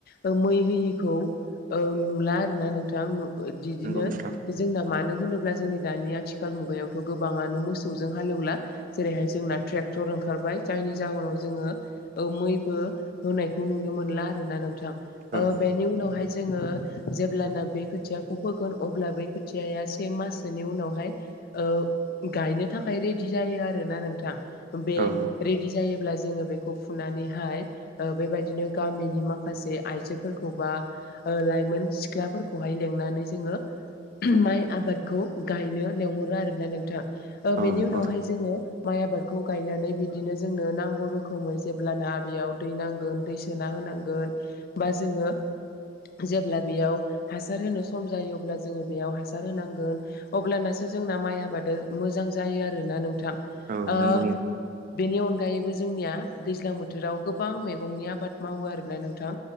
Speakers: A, on the left; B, on the right.
A: ओ मै होयिखौ ओ नुला आरोना नोंथां। बिदिनो
B: नंगौ नोंथां
A: जोंना मानो होनो ब्ला जोंनि दानि आथिखाल मुगायावथ' गोबाङानो मोसौजों हालेवला जेरैहाय जोंना ट्रेक्टर ओंखारबाय। जायनि जाहोनाव जोङो मैबो होनायखौ नुनो मोनला आरोना नोंथां।
B: औ
A: ओ बेनि उनावहाय जोङो जेब्लाना बे खोथियाखौ फोगोन अब्ला बै खोथियाया से माससोनि उनावहाय ओ गायनो थाखाय रेडि जायो आरोना नोंथां बे
B: औ
A: रेडि जायोब्ला जोङो बेखौ फुनानैहाय बेबायदिनो गामिनि माखासे आइजोफोरखौ बा लाइमोन सिख्लाफोरखौहाय लिंनानै जोङो माइ आबादखौ गायनो लेंहरो आरो ना नोंथां ओ
B: औ
A: बेनि
B: नंगौ
A: उनावहाय जोङो माइ आबादखौ गायनानै बिदिनो जोंनो नांगौ रोखोमै जेब्लाना बेयाव दै नांगोन दै सोना होनांगोन बा जोङो जेब्ला बेयाव हासार होनो सम जायो अब्ला जोङो बेयाव हासार होनांगोन अब्लानो जोंना माइ आबाद मोजां जायो आरोना नोंथां
B: औ
A: ओ
B: नंगौ
A: बेनि अनगायैबो जोंनिया दैज्लां बोथोराव गोबां मैगंनि आबाद मावो आरोना नोंथां